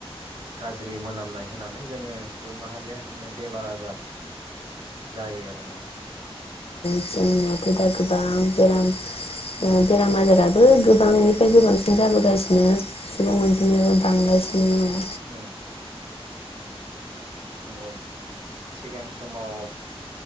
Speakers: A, on the right; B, on the left.
A: गाज्रि मोनामनाय होनानै जोङो सुबुं माहारिया बिदिनो बेमार आजार जायो आरो माने
B: <inaudible> बेराम
A: उम
B: आजाराबो गोबांनिफ्राय गोबांसिन जाबोगासिनो सुबुं अनजिमायाबो
A: उम
B: <inaudible>
A: उम नंगौ सिगां समाव